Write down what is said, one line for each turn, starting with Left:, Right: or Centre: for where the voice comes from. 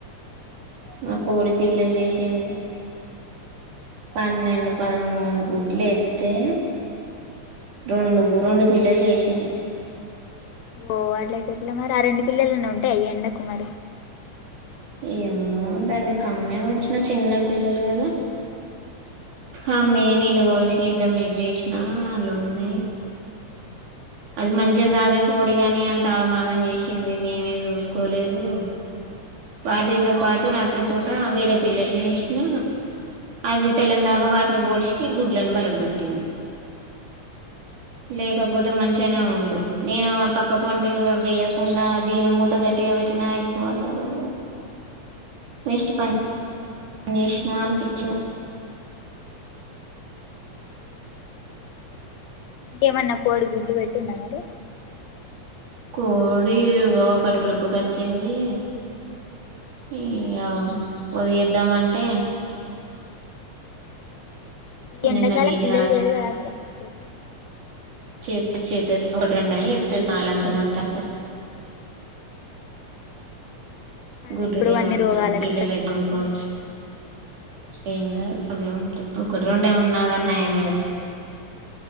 Right: మా కోడి పిల్ల లేసింది పన్నెండు
Left: అవునా
Right: పదమూడు గుడ్లు ఎత్తే రెండు రెండు పిల్లలు చే ఇన్
Left: ఓ వాట్లయితే ఇట్లా మరి ఆ రెండు పిల్లలన్న ఉంటాయి అయ ఎడా కుమరి
Right: ఏమో దాన్ని కమ్మే ఉంచిన చిన్న పిల్లలు కదా అమ్మే నీళ్ళు పోసి ఇంత మేపసినా అలుు ఉన్నాయి అది మంచిది అదే కోడి కాని అంత అగమగని చేసింది మేమే చూసుకోలేదు వాటితో పాటు రాత్రిపూట వేరే పిల్లలనిసిన అది తెల్లందాక వాటిని పోడ్సి ఇ గుడ్లను బలగ్గుట్టింది లేకపోతే మంచిగానే ఉండు నేను పక్క పంటే వేయకుండా దీని మూత గట్టిగా పెట్టినా అయిపో అసలు వేస్ట్ పని పనిచేసేవానికి ఇచ్చిన
Left: ఇంకేమన్నా కోడి గుడ్లు పెట్టింద మరి
Right: కోడి ఒకటి లుకుకిచ్చింది ఇక పొదిగిద్దామంటే
Left: ఈ
Right: ఇగ
Left: ఎండాకాలం
Right: నిన్న వీలు
Left: పిల్లలు చేర క రాగగా మరిపోదు
Right: చే చేతుది ఒకటి రెంని చెప్తుంది చాలంతక అంతా సర
Left: మళ్ళ
Right: గుడిర
Left: ఇప్పుడు
Right: ఏం
Left: అన్ని
Right: వస్తుంది
Left: రోగాలకి
Right: పిల్లలయితే
Left: సచ్చిపోతయి
Right: అమ్ముకోవచ్చు
Left: కదా
Right: ఏం కా అవిముంటాయి
Left: ఆ
Right: ఒకటి రెండేమి ఉన్నా కన్నా ఏమ కదా